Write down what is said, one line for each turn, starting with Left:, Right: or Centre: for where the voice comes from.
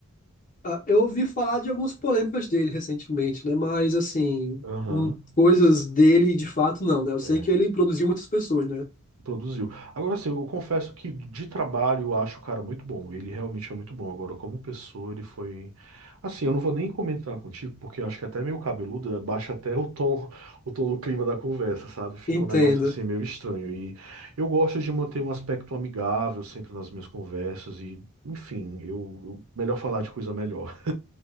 Left: Ah, eu ouvi falar de algumas polêmicas dele recentemente, né? Mas, assim,
Right: Aham.
Left: hum, coisas dele de fato não, né? Eu sei
Right: É.
Left: que ele produziu muitas pessoas, né?
Right: Produziu. Agora, assim, eu confesso que de trabalho eu acho o cara muito bom. Ele realmente é muito bom. Agora, como pessoa, ele foi. Assim, eu não vou nem comentar contigo, porque eu acho que é até meio cabeludo eh, baixa até o tom, o tom do clima da conversa, sabe? Fica
Left: Entenda.
Right: um negócio assim meio estranho. E eu gosto de manter um aspecto amigável sempre nas minhas conversas. E, enfim, eu, eu- melhor falar de coisa melhor. <laughs>